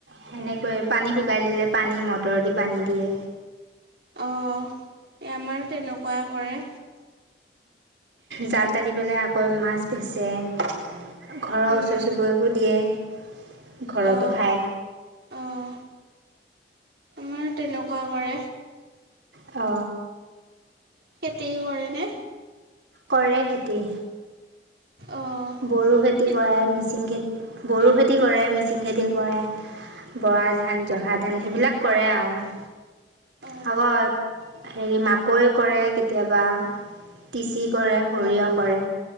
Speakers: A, on the right; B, on the right.
A: সেনেকৈ পানী শুকাই দিলে পানী মটৰ দি পানী দিয়ে
B: অ এ আমাৰো তেনেকুৱাই কৰে
A: জাল টানি পেলাই আকৌ মাছ বেচে ঘৰৰ
B: উম
A: ওচৰ চুবুৰীয়াকো দিয়ে ঘৰতো
B: অঁ
A: খায়
B: অঁ আমাৰো তেনেকুৱা কৰে
A: অ
B: খেতিও কৰেনে
A: কৰে খেতি
B: অঁ
A: বড়ো
B: কি
A: খেতি
B: কি
A: কৰে মিচিং খেতি বড়ো খেতি কৰে মিচিং খেতি কৰে বৰা ধান জহা ধান এইবিলাক কৰে আৱ
B: অঁ
A: হাৱা হেৰি মাকৈ কৰে কেতিয়াবা তিচি কৰে সৰিয়হ
B: অঁ
A: কৰে